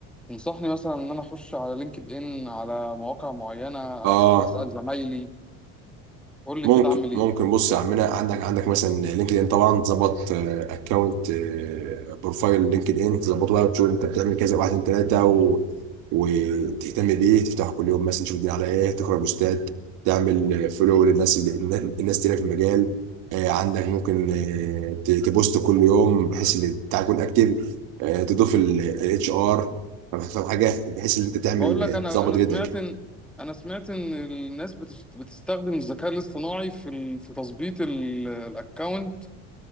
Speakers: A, in the centre; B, on the right.
A: تنصحني مثلا ان انا اخش على لينكد ان على مواقع معينه
B: اه
A: أس- اسال زمايلي قول لي
B: ممكن
A: كده اعمل ايه
B: ممكن بص يا عمنا عندك عندك مثلا لينكد ان طبعا تظبط اكونت بروفايل لينكد ان تظبطه بقى وتشوف انت بتعمل كذا واحد اتنين تلاته و... وتهتم بيه تفتحه كل يوم مثلا تشوف الدنيا على ايه تقرا بوستات تعمل فولو للناس اللي النا- الناس تلاقي في المجال آه، عندك ممكن آه، ت- تبوست كل يوم بحيث ان بتاعك يكون اكتف تضيف الاتش ار فاهم حاجه بحيث ان انت تعمل
A: بقول لك انا
B: تظبط
A: انا
B: ريتك
A: سمعت ان انا سمعت ان الناس بتش- بتستخدم الذكاء الاصطناعي في ال... في تظبيط ال- الاكونت